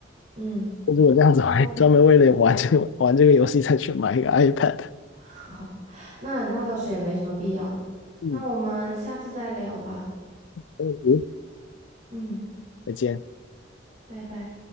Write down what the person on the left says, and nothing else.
那如果这样子，
我还专门为了玩这个玩这个游戏再去买一个 iPad。
嗯，
嗯，
再见。